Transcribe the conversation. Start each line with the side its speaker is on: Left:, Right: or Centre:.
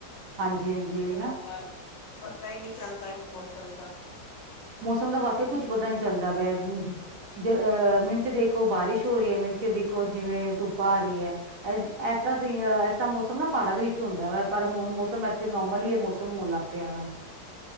Right: ਹਾਂਜੀ ਹਾਂਜੀ
Left: ਇਸ ਤਰ੍ਹਾਂ
Right: ਨਾ,
Left: ਬਾਹਰ ਪਤਾ ਹੀ ਨੀ ਚੱਲਦਾ ਇਸ ਮੌਸਮ ਦਾ
Right: ਮੌਸਮ ਦਾ ਵਾਕ ਕੁਛ ਪਤਾ ਨੀ ਚੱਲਦਾ ਪਿਆ ਜ ਅਹ ਮਿੰਟ ਚ ਦੇਖੋ ਬਾਰਿਸ਼ ਹੋ ਰਹੀ ਹੈ ਮਿੰਟ ਚ ਦੇਖੋ ਜਿਵੇਂ ਧੁੱਪਾ ਆ ਰਹੀ ਹੈ। ਤਾਂਸੀਂ ਇਸ ਤਰ੍ਹਾਂ ਮੌਸਮ ਨਾ ਪਹਾੜਾਂ ਦੇ ਵਿੱਚ ਹੁੰਦਾ ਵਾ ਪਰ ਹੁਣ ਮੌਸਮ ਇੱਥੇ ਨੋਰਮਲ ਹੀ ਮੌਸਮ ਹੋਣ ਲੱਗ ਪਿਆ ਵਾ